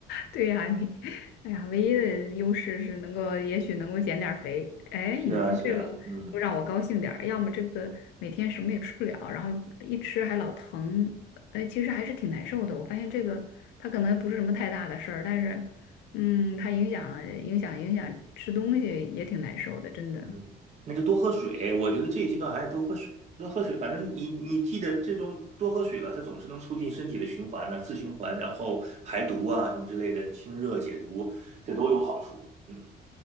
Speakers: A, on the left; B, on the right.
A: 对呀，你，哎呀，唯一的优势是能够，也许能够减点儿肥。哎，
B: 是啊，
A: 你说这个不让我高兴点儿，
B: 是啊，嗯
A: 要么这个每天什么也吃不了，然后一吃还老疼，哎，其实还是挺难受的。我发现这个它可能不是什么太大的事儿，但是，嗯，它影响影响影响吃东西也挺难受的，真的。
B: 嗯，那就多喝水，我觉得这一阶段还是多喝水，多喝水，反正你你记得这种多喝水了，它总是能促进身体的循环呢、自循环，然后排毒啊什么之类的，清热解毒，这都有好处。嗯。